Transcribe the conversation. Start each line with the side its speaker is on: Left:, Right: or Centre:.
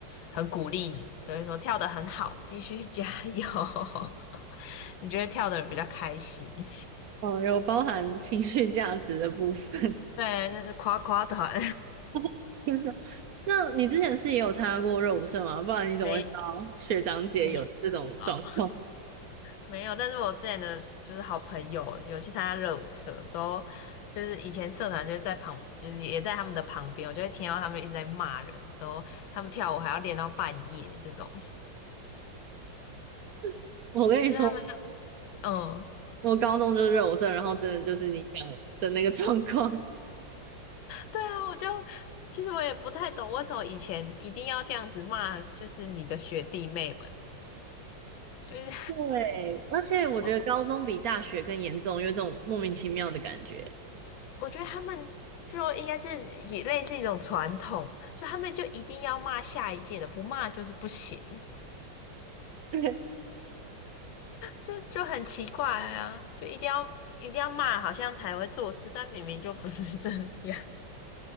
Left: 很鼓励你，都会说跳的很好，继续加油。<laughs> 你就会跳的比较开心。<laughs>
Right: 哦，有包含情绪价值的部分，
Left: 对，那是夸夸团。
Right: <laughs> 真的。那你之前是也有参加过热舞社吗？不然你怎么会知道学长姐有这种状况？
Left: <laughs> 没没好。没有，但是我之前的就是好朋友有去参加热舞社，之后就是以前社团就是在旁，就是也在他们的旁边，我就会听到他们一直在骂人，之后他们跳舞还要练到半夜这种，
Right: <laughs> 我跟你说，
Left: 就是他们嗯。
Right: 我高中就是热舞社，然后真的就是你讲的那个状况。<laughs>
Left: 对啊，我就其实我也不太懂为什么以前一定要这样子骂，就是你的学弟妹们，<laughs> 就是
Right: 对，而且我觉得高中比大学更严重，
Left: <laughs> 我
Right: 有一种莫名其妙的感觉。
Left: 我觉得他们就应该是也类似一种传统，就他们就一定要骂下一届的，不骂就是不行。
Right: 对，<laughs>
Left: 就就很奇怪啊，就一定要一定要骂，好像才会做事，但明明就不是 <laughs> 这样。